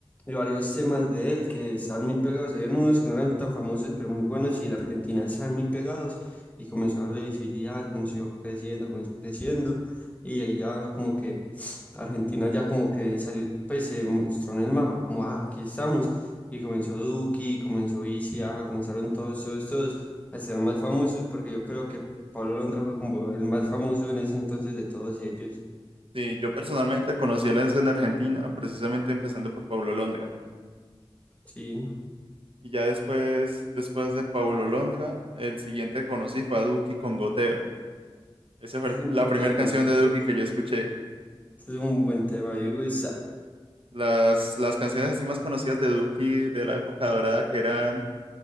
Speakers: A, on the left (about 15°); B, on the right (about 70°).
A: y varios temas de él que están muy pegados. Habían unos que no eran tan famosos, pero muy buenos, y en Argentina están muy pegados. Y comenzó a darle visibilidad, comenzó creciendo, comenzó creciendo. Y ahí ya como que <sniffs> Argentina ya como que salió, pues se mostró en el mapa, como, ah, aquí estamos. Y comenzó Duki, comenzó Isia, comenzaron todos, todos, todos a ser más famosos, porque yo creo que Pablo Londra fue como el más famoso en ese entonces de todos ellos.
B: Sí, yo personalmente conocí a la escena argentina precisamente empezando por Paulo Londra.
A: Sí,
B: Y ya después, después de Paulo Londra, el siguiente que conocí fue a Duki con Goteo. Esa fue
A: ese
B: el-
A: es un
B: la
A: buen
B: primera
A: tema.
B: canción de
A: Uf,
B: Duki que yo escuché.
A: ese es un buen tema, Diego Isa,
B: Las, las canciones así más conocidas de Duki de la época dorada que eran,